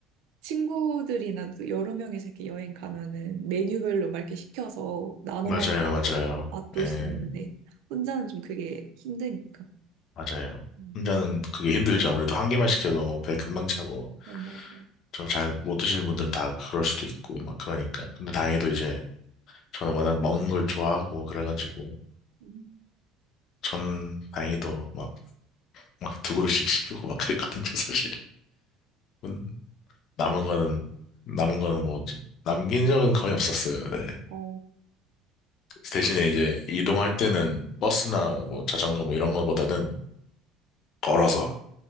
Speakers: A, on the right; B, on the left.
A: 친구들이나 또 여러 명이서 이렇게 여행 가면은 메뉴별로 막 이렇게 시켜서 나눠
B: 맞아요,
A: 먹고
B: 맞아요.
A: 맛볼
B: 예,
A: 수 있는데 혼자는 좀 그게 힘드니까.
B: 맞아요.
A: 음,
B: 혼자는 그게 힘들죠. 아무래도 한 개만 시켜도 뭐 배 금방 차고,
A: 그냥 뭐,
B: 좀 잘 못 드시는 분들은 다 그럴 수도 있고, 막 그러니까. 근데 다행히도 이제, 저는 워낙 먹는 걸 좋아하고, 그래가지고,
A: 음,
B: 전 다행히도 막, 막 두 그릇씩 시키고 막 그랬거든요, 사실. 음, 남은 거는, 남은 거는 뭐, 남긴 적은 거의 없었어요, 네.
A: 어,
B: 대신에 이제, 이동할 때는 버스나 뭐 자전거 뭐 이런 거보다는 걸어서,